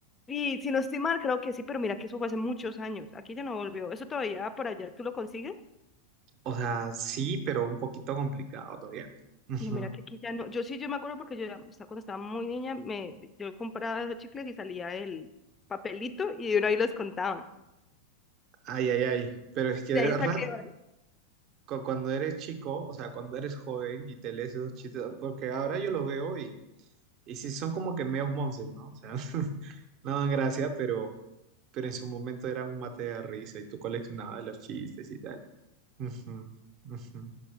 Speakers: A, on the left; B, on the right.
A: Y si no estoy mal, creo que sí, pero mira que eso fue hace muchos años. Aquí ya no volvió. ¿Eso todavía por allá tú lo consigues?
B: O sea, sí, pero un poquito complicado todavía. Ujú.
A: No, mira que aquí ya no. Yo sí, yo me acuerdo porque yo era, estaba- cuando estaba muy niña, me, yo compraba esos chicles y salía el papelito y uno ahí los contaba.
B: Ay, ay, ay. Pero es que
A: De
B: de
A: ahí
B: verdad,
A: saqué varios.
B: cu- cuando eres chico, o sea, cuando eres joven y te lees esos chistes, porque ahora yo los veo y... Y sí, son como que medios monces, ¿no? O sea, <laughs> no dan gracia, pero, pero en su momento eran un mate de risa y tú coleccionabas los chistes y tal. Ujú, ujú.